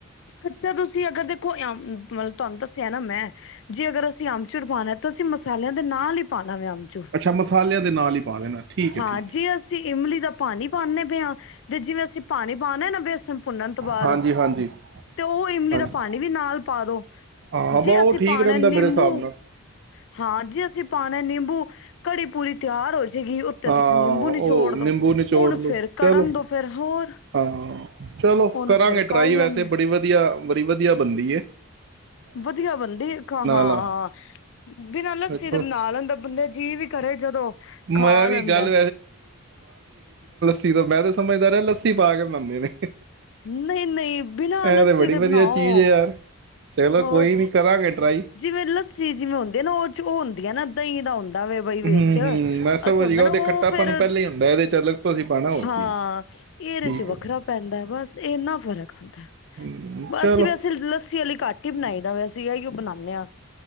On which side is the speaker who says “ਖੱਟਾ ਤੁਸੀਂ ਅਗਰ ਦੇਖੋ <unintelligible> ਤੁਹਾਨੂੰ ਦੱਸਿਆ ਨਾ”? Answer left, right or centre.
Left